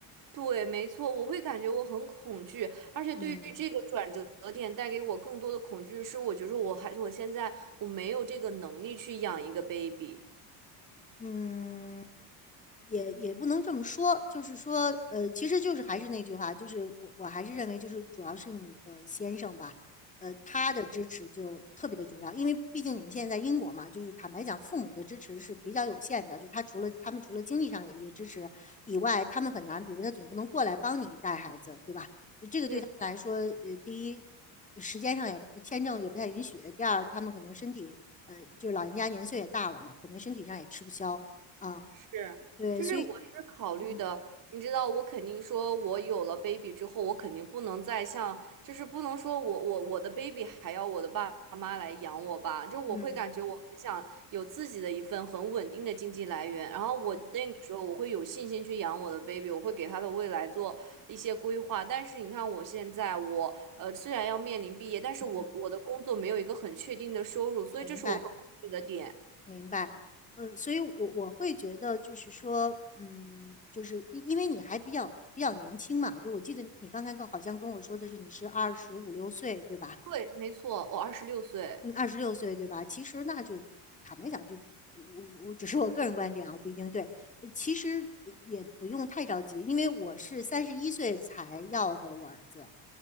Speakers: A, on the right (about 50°); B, on the left (about 20°).
A: 对，没错，我会感觉我很恐惧，而且对于这个转折点带给我更多的恐惧是，
B: 嗯。
A: 我觉得我还我现在我没有这个能力去养一个 baby。
B: 嗯，也也不能这么说，就是说，呃，其实就是还是那句话，就是我我还是认为，就是主要是你的先生吧，呃，他的支持就特别的重要，因为毕竟你们现在在英国嘛，就是坦白讲，父母的支持是比较有限的，就他除了他们除了经济上有一些支持以外，他们很难，比如他总不能过来帮你带孩子，对吧？这个对他们来说，
A: 对。
B: 呃，第一，时间上也签证也不太允许；第二，他们可能身体，呃，就是老人家年岁也大了嘛，可能身体上也吃不消啊。
A: 是，
B: 对，
A: 就是我是考虑的，
B: 所以，嗯
A: 你知道，我肯定说，我有了 baby 之后，我肯定不能再像，就是不能说我我我的 baby 还要我的爸妈来养我吧，就我会感觉我很想有自己的一份很稳定的经济来源，
B: 嗯
A: 然后我那个时候我会有信心去养我的
B: 嗯
A: baby，我会给他的未来做一些规划。但是你看我现在我，呃虽然要面临毕业，但是我我的工作没有一个很确定的收入，
B: 嗯，
A: 所以这是我很恐惧的点。
B: 明白明白。嗯，所以我我会觉得就是说，嗯，就是因因为你还比较比较年轻嘛，就我记得你刚才跟好像跟我说的是你是二十五六岁，对吧？
A: 对，没错，我二十六岁。
B: 嗯，二十六岁对吧？其实那就坦白讲就，我我只是我个人观点啊，不一定对。呃其实也不用太着急，因为我是三十一岁才要的我儿子，